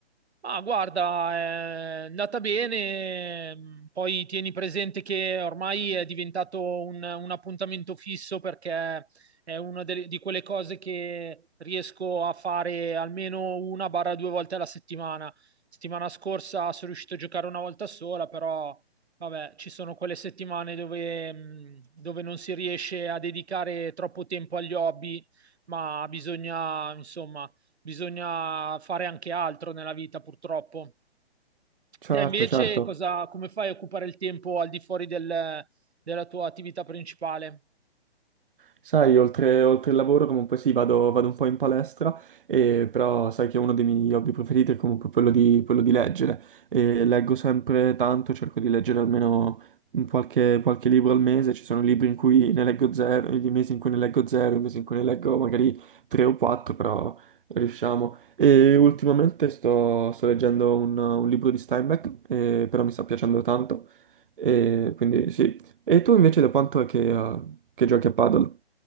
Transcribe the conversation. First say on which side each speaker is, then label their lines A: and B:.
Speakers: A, on the right; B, on the right.
A: Ma guarda, è andata bene, mh, poi tieni presente che ormai è diventato un, un appuntamento fisso perché è una delle- di quelle cose che riesco a fare almeno una barra due volte alla settimana. Settimana scorsa sono riuscito a giocare una volta sola, però vabbè, ci sono quelle settimane dove, mh, dove non si riesce a dedicare troppo tempo agli hobby, ma bisogna, insomma bisogna fare anche altro nella vita, purtroppo.
B: Certo,
A: Te invece
B: certo.
A: cosa, come fai a occupare il tempo al di fuori del- della tua attività principale?
B: Sai, oltre, oltre il lavoro comunque sì, vado, vado un po' in palestra, e, però sai che uno dei miei hobby preferiti è comunque quello di, quello di leggere. E leggo sempre tanto, cerco di leggere almeno un qualche, qualche libro al mese, ci sono libri in cui ne leggo zero, i mesi in cui ne leggo zero, i mesi in cui ne leggo magari tre o quattro, però riusciamo. E ultimamente sto, sto leggendo un, un libro di Steinbeck, eh, però mi sta piacendo tanto, e quindi sì. E tu invece da quanto è che, eh, che giochi a paddle?